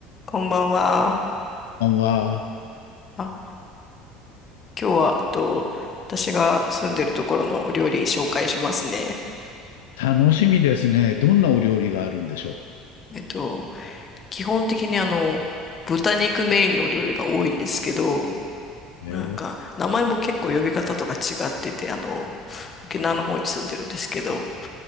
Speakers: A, on the left; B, on the left.
A: こんばんは。
B: こんばんは。
A: あ、今日は、えっと、私が住んでるところのお料理紹介しますね。
B: 楽しみですね。どんなお料理があるんでしょ
A: えっと、基本的にあの、豚肉メインのお料理が多いんですけど、
B: うえーう。
A: なんか、名前も結構呼び方とか違ってて、あの、沖縄の方に住んでるんですけど、